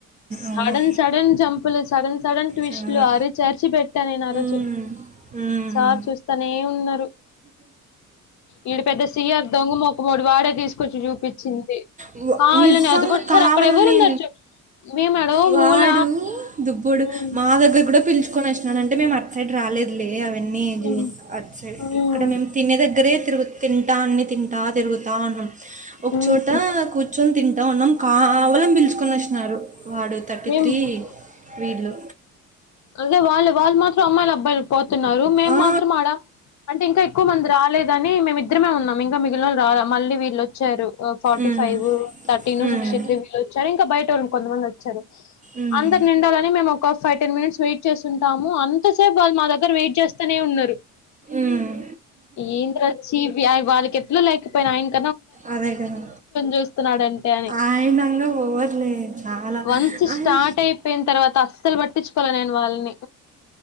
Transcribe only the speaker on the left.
సడన్ సడన్ జంపులు సడన్ సడన్ ట్విస్ట్
లో ఆరిచర్చి పెట్నా నేను ఆ రోజు
సార్ చూస్తానే ఉన్నారు ఈడు పెద్ద సియర్ దొంగ మొఖమోడు వాడే తీసుకొచ్చి చూపించింది
కావాలని
అది కూడా సార్
అక్కడ ఎవరున్నారు చూ మేము ఎడో
మూల
ఉమ్
ఉమ్
ఉమ్
ఉమ్ ఉమ్
మేము
అదే వాళ్ళు వాళ్ళు మాత్రం అమ్మాయిలు అబ్బాయిలు పోతున్నారు మేం
మాత్రం ఆడా అంటే ఇంకా ఎక్కువ మంది రాలేదని మేమిద్దరమే ఉన్నాం ఇంకా మిగిలిన వాళ్ళు రాలా మళ్ళీ వీళ్ళు వచ్చారు forty
five thirteen
sixty three వీళ్ళు వచ్చారు ఇంకా బయట వాళ్ కొమంది వచ్చారు
అందరు నిండాలని మేము ఒక ఫైవ్ టెన్ మినిట్స్ వెయిట్ చేస్తుంటాము అంత స్టఫల్ మా దగ్గర వెయిట్ చేస్తనే ఉన్నారు
ఏంట్ర చ్చి వాళ్ళకి ఎట్లా లేకపోయినా ఆయన్
చూస్తున్నాడంటే అని
వన్స్
స్టార్ట్ అయిపోయిన తర్వాత అస్సలు పట్టించుకోలే నేను వాళ్ళని